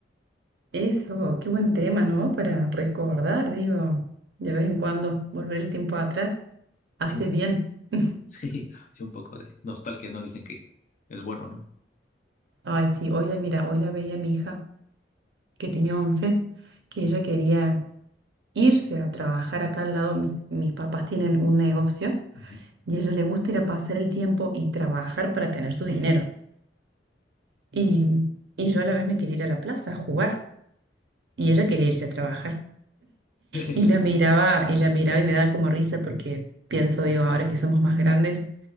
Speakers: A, on the right; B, on the left.
A: Eso, qué buen tema, ¿no? Para recordar, digo, de vez en cuando volver el tiempo atrás hace
B: Sí, un,
A: bien. <laughs>
B: <laughs> sí, un poco de nostalgia, ¿no? Dicen que es bueno, ¿no?
A: Ay, sí, hoy la mira, hoy la veía mi hija, que tenía 11, que ella quería irse a trabajar acá al lado. Mis, mis papás tienen un negocio
B: Ujú.
A: y a ella le gusta ir a pasar el tiempo y trabajar para tener su dinero. Y, y yo a la vez me quería ir a la plaza a jugar y ella quería irse a trabajar.
B: <laughs>
A: Y la miraba, y la miraba y me daba como risa porque pienso, digo, ahora que somos más grandes,